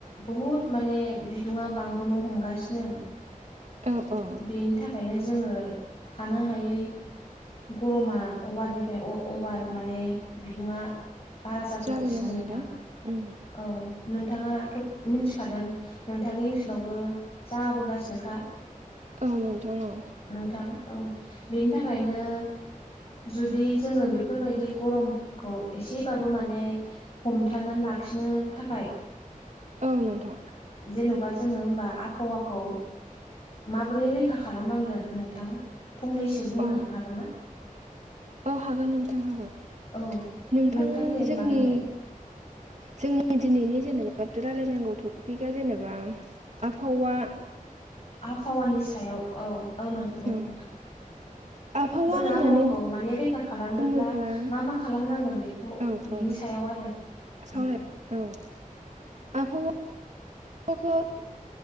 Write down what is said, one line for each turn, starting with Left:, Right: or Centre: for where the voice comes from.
Left: बहुद माने बिदुङा बांबोनो हमगासिनो
Right: औ औ
Left: बेनि थाखायनो जोङो थानो हायै गरमा अभारनिफ्राय अभार माने बिदुङा बारा जाबोगासिनो
Right: जाबोनो हमदों
Left: नोंथां
Right: उम
Left: औ नोंथाङाथ' मिथिखादों नोंथांनि ओनसोलावबो जाबोगासिनोखा
Right: औ नोंथां औ
Left: नोंथां औ बेनि थाखायनो जुदि जोङो बेफोरबायदि गरम खौ एसेबाबो माने हमथानानै लाखिनो थाखाय
Right: औ नोंथां
Left: जेन'बा जोङो होमबा आबहावाखौ माबोरै रैखा खालामनांगोन नोंथां फंनैसो बुंनो
Right: औ
Left: हागोन ना
Right: औ हागोन नोंथां हागोन
Left: औ
Right: नोंथां
Left: दे होमबा
Right: जोंनि
Left: होनदो
Right: जोंनि दिनैनि जेनेबा रायलायनांगौ टपिकआ जेनेबा आबहावा
Left: आबहावानि सायाव औ औ नंगौ
Right: औ
Left: नोंथां
Right: आबहावा
Left: जोङो
Right: होननानै
Left: आबहावाखौ माने रैखा खालामनोब्ला
Right: बुङोब्ला
Left: मा मा खालामनांगोन बेखौ
Right: औ
Left: बिनि
Right: औ
Left: सायाव आरो
Right: सावराय
Left: उम
Right: औ आबहावा <unintelligible>